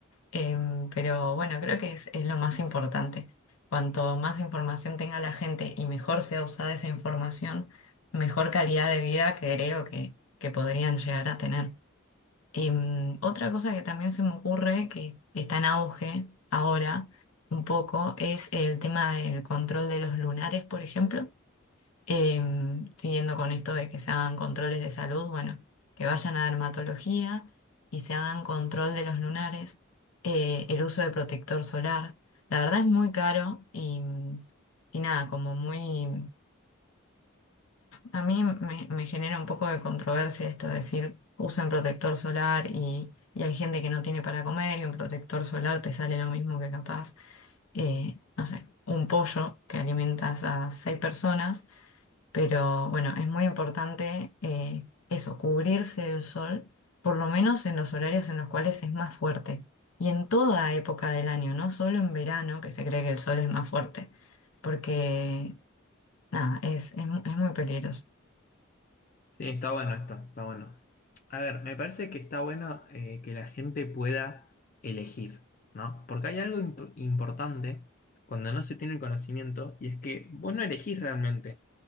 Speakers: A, on the left; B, on the left.
A: Em, pero bueno, creo que es, es lo más importante. Cuanto más información tenga la gente y mejor sea usada esa información, mejor calidad de vida creo que, que podrían llegar a tener. Em, otra cosa que también se me ocurre que está en auge ahora un poco es el tema del control de los lunares, por ejemplo Em, siguiendo con esto de que se hagan controles de salud, bueno, que vayan a dermatología y se hagan control de los lunares, eh, el uso de protector solar. La verdad es muy caro y, y nada, como muy... A mí me, me genera un poco de controversia esto de decir, usen protector solar y, y hay gente que no tiene para comer y un protector solar te sale lo mismo que capaz, eh, no sé, un pollo que alimentas a seis personas pero bueno, es muy importante eh, eso, cubrirse del sol, por lo menos en los horarios en los cuales es más fuerte. Y en toda época del año, no solo en verano, que se cree que el sol es más fuerte, porque nada, es, es mu- es muy peligroso.
B: Sí, está bueno esto, está bueno. A ver, me parece que está bueno eh, que la gente pueda elegir, ¿no? Porque hay algo imp- importante cuando no se tiene el conocimiento y es que vos no elegís realmente.